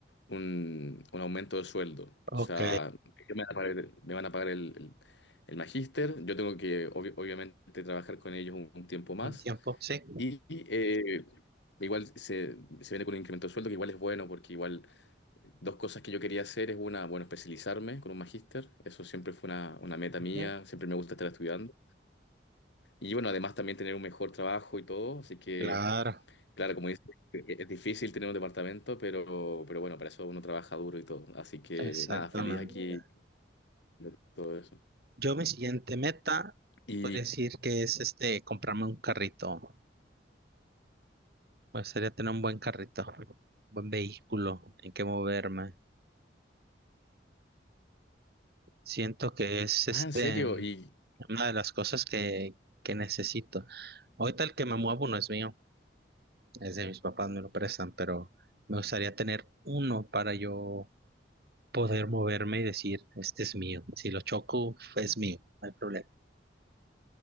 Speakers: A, on the left; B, on the right.
A: un, un aumento de sueldo. O sea,
B: Ok.
A: ellos me van a pagar, el, me van a pagar el- el- el magíster, yo tengo que obvi- obviamente trabajar con ellos un, un tiempo más
B: Un tiempo, sí.
A: y eh, igual se, se viene con un incremento de sueldo que igual es bueno porque igual dos cosas que yo quería hacer es una, bueno, especializarme con un magíster, eso siempre fue una, una meta mía,
B: Ujú.
A: siempre me gusta estar estudiando. Y bueno, además también tener un mejor trabajo y todo, así que
B: Claro,
A: Claro, como dices, e-, e-, es difícil tener un departamento, pero, pero bueno, para eso uno trabaja duro y todo. Así que
B: exactamente.
A: nada, feliz Sí. aquí de todo eso.
B: Yo mi siguiente meta,
A: Y,
B: podría decir que es este, comprarme un carrito. Me gustaría tener un buen carrito, un buen vehículo en que moverme. Siento que es este
A: ah, en serio, y
B: una de las cosas que, que necesito. Ahorita el que me muevo no es mío, es de mis papás, me lo prestan, pero me gustaría tener uno para yo poder moverme y decir, este es mío. Si lo choco, es mío, no hay problema.